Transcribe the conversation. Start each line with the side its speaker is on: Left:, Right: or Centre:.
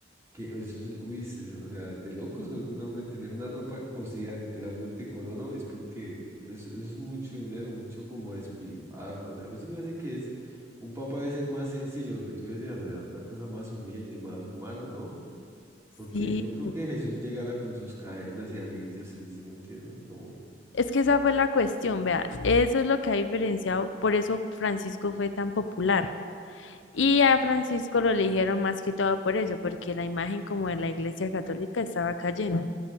Right: que eso es, uy, es- es- o sea, de locos, porque un hombre tener una ropa cosida literalmente con oro es porque es- eso es mucho dinero, mucho como despilfarro. A mí sí me hace que es, un papa debe ser más sencillo, lo que tú decías, o sea, una cosa más humilde, más humana, ¿no? Porque
Left: sí,
Right: yo creo que Jesús llegara con sus cadenas y anillos, y si me entiende? Como,
Left: es que esa fue la cuestión, vea, eso es lo que ha diferenciado, por eso Francisco fue tan popular. Y a Francisco lo eligieron más que todo por eso, porque la imagen como de la Iglesia Católica estaba cayendo.